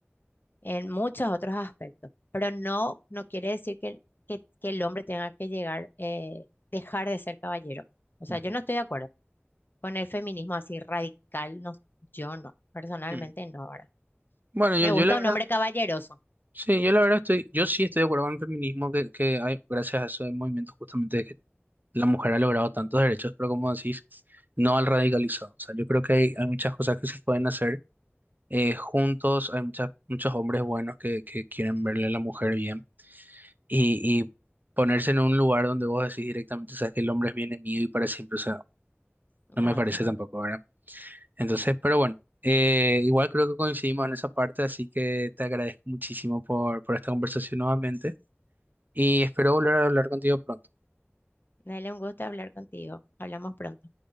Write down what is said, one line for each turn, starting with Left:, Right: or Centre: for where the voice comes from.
Left: En muchos otros aspectos, pero no, no quiere decir que, el- que, que el hombre tenga que llegar, eh, dejar de ser caballero. O
Right: ujú,
Left: sea, yo no estoy de acuerdo con el feminismo así radical, no, yo no, personalmente
Right: ujú.
Left: no, ahora.
Right: Bueno, yo,
Left: Me
Right: yo
Left: gusta
Right: la verdad,
Left: un hombre caballeroso.
Right: sí, yo la verdad estoy, yo sí estoy de acuerdo con el feminismo que, que hay gracias a esos movimientos justamente de que la mujer ha logrado tantos derechos, pero como decís, no al radicalizado. O sea, yo creo que hay, hay muchas cosas que se pueden hacer eh, juntos, hay muchas, muchos hombres buenos que, que quieren verle a la mujer bien y, y ponerse en un lugar donde vos decís directamente, sabes que el hombre es bien mío y para siempre, o sea,
Left: No,
Right: no me parece
Left: eso no.
Right: tampoco, ¿verdad? Entonces, pero bueno, eh, igual creo que coincidimos en esa parte, así que te agradezco muchísimo por, por esta conversación nuevamente y espero volver a hablar contigo pronto.
Left: Dale un gusto hablar contigo. Hablamos pronto.